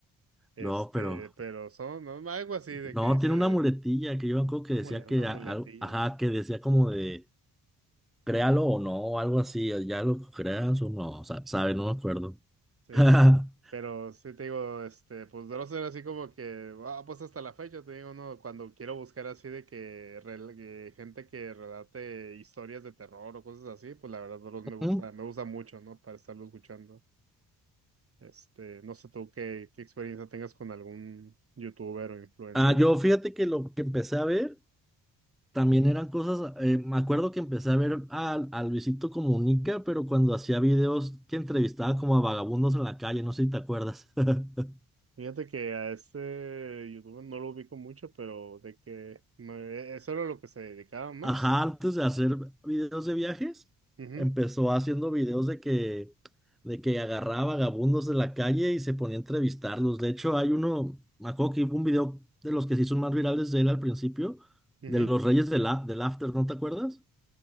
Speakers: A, on the right (about 40°); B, in the centre.
A: este,
B: No, pero.
A: pero son, ¿no? algo así de
B: No,
A: que dice
B: tiene una muletilla que yo me acuerdo que
A: una
B: decía
A: mole, una
B: que.
A: muletilla,
B: a- algo- Ajá, que decía como de. Créalo o no, o algo así. Ya lo creas o no. sa- sabe, no me acuerdo.
A: sí,
B: <laughs>
A: pero sí te digo, este, pues de no ser así como que, ah, pues hasta la fecha te digo, no, cuando quiero buscar así de que, rel- que gente que relate historias de terror o cosas así, pues la verdad Dross me gusta,
B: Ujú.
A: me gusta mucho, ¿no? Para estarlo escuchando, este, no sé tú qué, qué experiencia tengas con algún youtuber o influencer.
B: Ah, yo fíjate que lo que empecé a ver también eran cosas. eh, me acuerdo que empecé a ver a, a Luisito Comunica, pero cuando hacía videos que entrevistaba como a vagabundos en la calle, no sé si te acuerdas. <laughs>
A: Fíjate que a este youtuber no lo ubico mucho, pero de que me- eso era lo que se dedicaba más.
B: Ajá, antes de hacer videos de viajes,
A: Ujú,
B: empezó haciendo videos de que, de que agarraba vagabundos de la calle y se ponía a entrevistarlos. De hecho, hay uno, me acuerdo que hubo un video de los que se hizo más virales de él al principio,
A: ujú.
B: de los Reyes del, A- del After, ¿no te acuerdas?